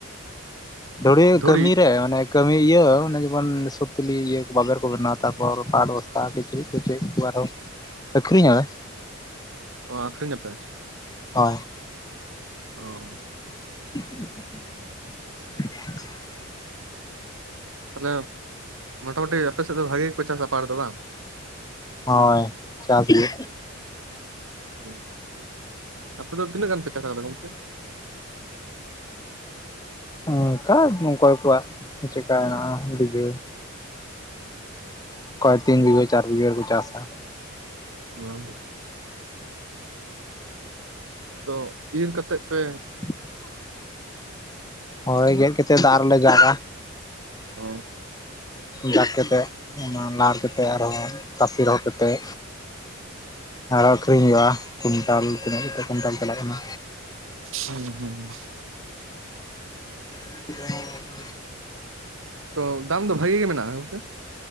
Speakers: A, on the left (about 20°); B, on the right (about 75°).
A: ᱫᱩᱲᱤ
B: ᱫᱷᱩᱲᱤ
A: ᱠᱟᱹᱢᱤ ᱨᱮ ᱚᱱᱮᱼᱼ ᱠᱟᱹᱢᱤ ᱤᱭᱟᱹ ᱚᱱᱮ ᱡᱮᱢᱚᱱ ᱥᱩᱛᱤᱞᱤ ᱤᱭᱟᱹ ᱵᱟᱵᱮᱨ ᱠᱚ ᱵᱮᱱᱟᱣᱟ ᱛᱟᱯᱚᱨ ᱯᱟᱴ ᱵᱚᱥᱛᱟ ᱠᱟᱹᱡ ᱠᱤᱪᱨᱤᱡ ᱠᱚ ᱪᱮᱫ ᱠᱚ ᱟᱨᱦᱚᱸ ᱟᱹᱠᱷᱨᱤᱧᱟᱞᱮ᱾
B: ᱚ ᱟᱹᱷᱨᱤᱧ ᱟᱯᱮ?
A: ᱚ᱾
B: ᱚᱻ
A: <unintelligible>
B: ᱛᱟᱦᱚᱞᱮ ᱢᱚᱴᱟᱢᱩᱴᱤ ᱟᱯᱮ ᱥᱮᱫ ᱫᱚ ᱵᱷᱟᱜᱮ ᱜᱮ ᱠᱚ ᱪᱟᱥ-ᱟ ᱯᱟᱴ ᱫᱚ ᱵᱟᱝ?
A: ᱦᱳᱭ ᱪᱟᱥ ᱜᱮ᱾
B: ᱦᱳᱭ, ᱟᱯᱮ ᱫᱚ ᱛᱤᱱᱟᱹᱜ ᱜᱟᱱ ᱯᱮ ᱪᱟᱥᱠᱟᱫᱟ ᱜᱚᱝᱠᱮ?
A: ᱚᱱᱠᱟ ᱚᱝᱠᱟ ᱠᱚᱣᱟᱜ ᱪᱮᱠᱟ ᱦᱮᱱᱟᱜᱼᱟ ᱰᱤᱜᱷᱟᱹ᱾ ᱚᱠᱚᱭ ᱛᱤᱱ ᱵᱤᱜᱷᱟᱹ ᱪᱟᱨ ᱵᱤᱜᱷᱟᱹ ᱨᱮᱠᱚ ᱪᱟᱥ-ᱟ᱾
B: ᱣᱟᱝᱜᱮ᱾ ᱛᱚ ᱤᱨ ᱠᱟᱛᱮᱫ ᱯᱮ
A: <unintelligible> ᱦᱳᱭ ᱜᱚᱠᱮ ᱪᱮᱫ ᱟᱨᱦᱚ ᱞᱮ ᱡᱟᱜᱟ.
B: ᱚ
A: ᱡᱟᱠ ᱠᱟᱛᱮᱫ ᱚᱱᱟ ᱞᱟ ᱠᱟᱛᱮᱫ ᱟᱨᱦᱚᱸ ᱛᱟᱹᱥᱤ ᱨᱚᱦᱚᱲ ᱠᱟᱛᱮᱫ ᱟᱨ ᱟᱠᱷᱨᱤᱧ ᱦᱳᱭᱳᱜ ᱟ ᱠᱩᱭᱱᱴᱟᱞ ᱛᱤᱱᱟᱹᱜ ᱠᱟᱛᱮ ᱠᱩᱭᱱᱴᱟᱞ ᱪᱟᱞᱟᱜ ᱠᱟᱱᱟ
B: ᱦᱩᱸ ᱦᱩᱸ
A: <unintelligible>
B: ᱛᱚ ᱫᱟᱢ ᱫᱚ ᱵᱷᱟᱜᱤ ᱜᱮ ᱢᱮᱱᱟᱜᱼᱟ ᱦᱮᱥᱮ